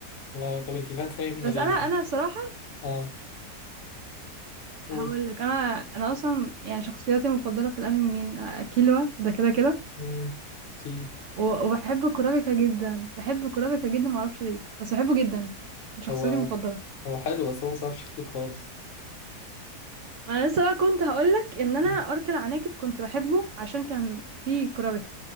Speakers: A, on the left; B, on the right.
A: آه طب انت فاكرة ايه من
B: بس
A: الانمي؟
B: انا انا صراحة
A: اه قولي
B: هقول لك انا انا اصلا يعني شخصياتي المفضلة في الانمي مين آه، كيلوا ده كده كده
A: امم اكيد
B: و- وبحب كورابيكا جدا بحب كورابيكا جدا معرفش ليه بس بحبه جدا من شخصياتي
A: هو
B: المفضلة
A: هو حلو بس هو مصرفش كتير خالص
B: ما انا لسه بقى كنت هقولك ان انا
A: مم.
B: ارك العناكب كنت بحبه عشان كان فيه كرابكه